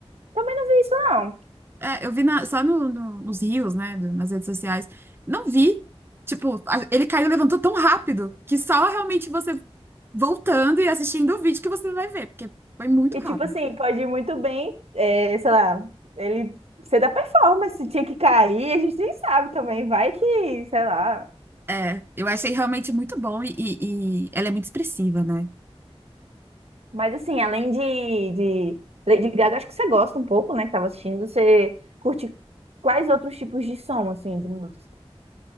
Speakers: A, on the right (about 75°); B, on the right (about 20°).
A: Também não vi isso, não.
B: É, eu vi na- só no- no- nos rios, né, do- nas redes sociais. Não vi. Tipo, a- ele caiu e levantou tão rápido que só realmente você voltando e assistindo o vídeo que você vai ver, porque foi muito
A: E
B: rápido.
A: tipo assim, pode ir muito bem, é, sei lá, ele ser da performance, tinha que cair, a gente nem sabe também, vai que, sei lá.
B: É, eu achei realmente muito bom e, e- e ela é muito expressiva, né?
A: Mas assim, além de, de Lady Gaga, acho que você gosta um pouco, né, que tava assistindo, você curte quais outros tipos de som, assim, de música?